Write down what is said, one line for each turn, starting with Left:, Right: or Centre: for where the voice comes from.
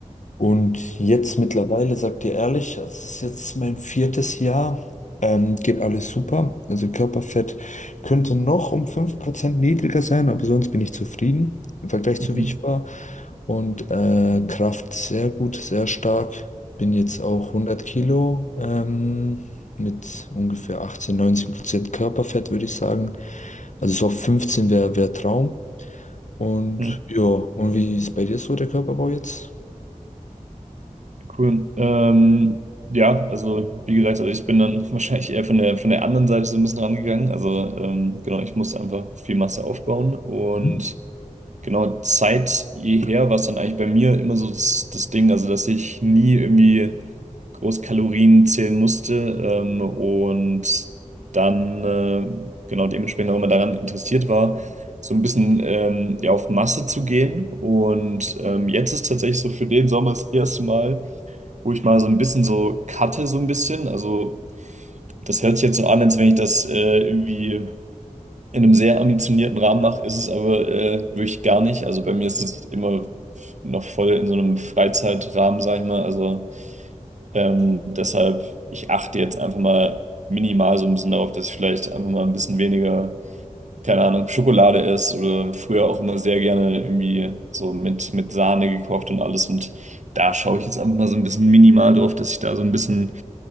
Left: Und jetzt mittlerweile, sag dir ehrlich, das ist jetzt mein viertes Jahr, ähm, geht alles super. Also Körperfett könnte noch um 5% niedriger sein, aber sonst bin ich zufrieden im Vergleich zu
Right: Mhm.
Left: wie ich war. Und äh, Kraft sehr gut, sehr stark. Bin jetzt auch hundert Kilo ähm, mit ungefähr achtzehn neunzehn Prozent Körperfett, würde ich sagen. Also so auf 15 wäre wär wär Traum. Und
Right: Mhm.
Left: ja, und wie ist bei dir so der Körperbau jetzt?
Right: Cool. Ähm, ja, also wie gesagt, also ich bin dann <laughs> wahrscheinlich eher von der von der anderen Seite so ein bisschen rangegangen. Also ähm, genau, ich musste einfach viel Masse aufbauen und
Left: Mhm.
Right: genau seit jeher war es dann eigentlich bei mir immer so das, das Ding, also dass ich nie irgendwie groß Kalorien zählen musste ähm, und dann äh, genau dementsprechend auch immer daran interessiert war so ein bisschen ähm, ja, auf Masse zu gehen. Und ähm, jetzt ist tatsächlich so für den Sommer das erste Mal, wo ich mal so ein bisschen so cutte, so ein bisschen. Also das hört sich jetzt so an, als wenn ich das äh, irgendwie in einem sehr ambitionierten Rahmen mache, ist es aber äh, wirklich gar nicht. Also bei mir ist es immer noch voll in so einem Freizeitrahmen, sag ich mal. Also ähm, deshalb, ich achte jetzt einfach mal minimal so ein bisschen darauf, dass ich vielleicht einfach mal ein bisschen weniger, keine Ahnung, Schokolade esse oder früher auch immer sehr gerne irgendwie so mit, mit Sahne gekocht und alles und Da schaue ich jetzt einfach mal so ein bisschen minimal drauf, dass ich da so ein bisschen